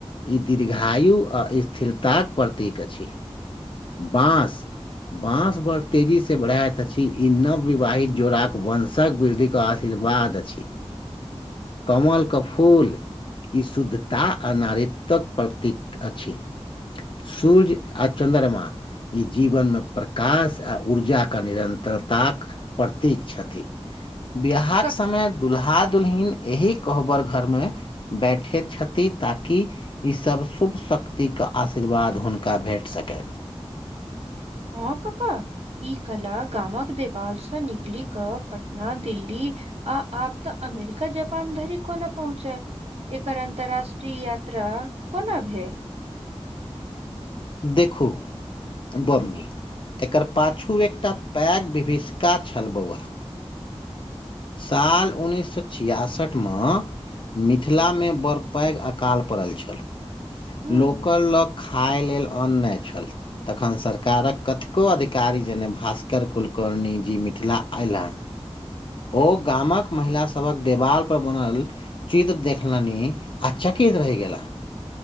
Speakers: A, on the left; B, on the right.
A: ई दीर्घा आयु आ ईस्थिरताक प्रतीक अछि बाँस। बाँस बड़ तेजीसे बढ़ैत अछि ई नवविवाहित जोड़ाक वंशंक वृद्धि। शीर्वाद अछि कमल के फूल। फूल ई शुद्धता आ नारत्वक प्रतीक अछि। सुर्य आ चन्द्रमा। ई जीवनमे प्रकाश आ ऊर्जाके निरन्तरताक। प्रतीक छथि बिहाक
B: कक
A: समय दुल्हा दुुलहिन एहि कहबर। घर मे बैठे छति ताकि। ईसभ शुभ शक्तिक आशीर्वाद हुनका भेट सकै।
B: हँ कक्का। ई कला गामक देवालसँ निकलि कऽ पटना दिल्ली। आ आब तऽ अमेरिका जपान धरी कोन। पहुँचय एकर अंतरराष्ट्रीय यात्रा कोना भेल।
A: देखू। बबुनी एकर पाछू एकटा पैग विभीषका छल बौआ। साल उन्नैस सए छियासठि मे। मिथिला मे बड़ पैघ अकाल पड़ल छल
B: हम्म
A: लोक लक। खाइ लेल अन नई छल। तखन सरकारक कथको अधिकारी जने भास्कर कुलकर्णीजी मिथिला अयला। ओ गामक महिलासभक देवालपर बनल। चित्र देखलनी आ चकित रहि गेला।